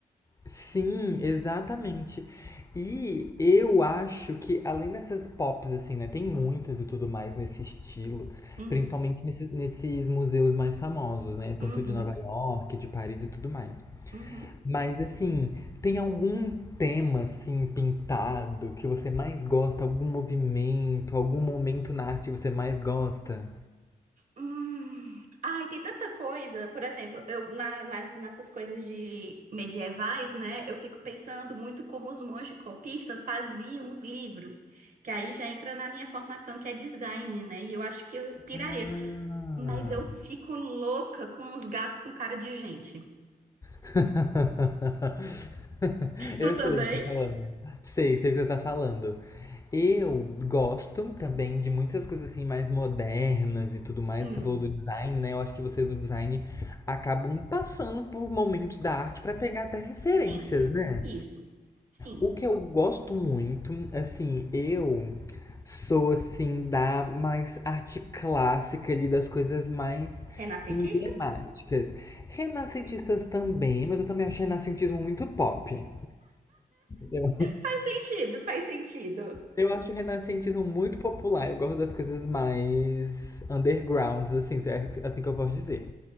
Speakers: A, on the left; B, on the right.
A: Sim, exatamente. E eu acho que além dessas pops assim, né, tem muitas e tudo mais nesse estilo,
B: Uhum,
A: principalmente nesses, nesses museus mais famosos, né, tanto
B: uhum,
A: de Nova York, de Paris e tudo mais.
B: uhum.
A: Mas assim, tem algum tema assim pintado que você mais gosta? Algum movimento, algum momento na arte que você mais gosta?
B: Hum. Ai, tem tanta coisa. Por exemplo, eu na- nas, nessas coisas de medievais, né? Eu fico pensando muito como os monges copistas faziam os livros, que aí já entra na minha formação que é design, né? E eu acho que eu piraria.
A: Ah.
B: Mas eu fico louca com os gatos com cara de gente.
A: <laughs> Eu
B: Tu
A: sei
B: também?
A: o que você tá falando. Sei, sei o que você tá falando. Eu gosto também de muitas coisas assim mais modernas e tudo mais.
B: Sim,
A: Você falou do design, né? Eu acho que vocês no design acabam passando por momentos da arte pra pegar até referências,
B: sim.
A: né?
B: Isso. Sim.
A: O que eu gosto muito, assim, eu sou assim da mais arte clássica ali, das coisas mais
B: Renascentistas?
A: emblemáticas. Renascentistas também, mas eu também acho renascentismo muito pop. Eu,
B: Faz sentido, faz sentido.
A: eu acho o renascentismo muito popular, eu gosto das coisas mais undergrounds, assim, se é assim que eu posso dizer.